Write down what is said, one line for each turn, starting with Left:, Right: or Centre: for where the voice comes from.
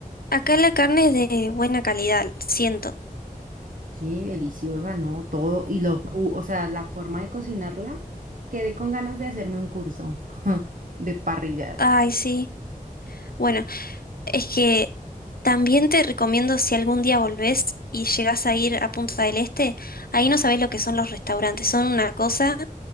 Left: Acá la carne es de buena calidad, siento.
Right: Sí, deliciosa, ¿no? Todo. Y los jugos, o sea, la forma de cocinarla, quedé con ganas de hacerme un curso <laughs> de parrillada.
Left: Ay, sí. Bueno, Es que también te recomiendo si algún día volvés y llegás a ir a Punta del Este, ahí no sabés lo que son los restaurantes, son una cosa,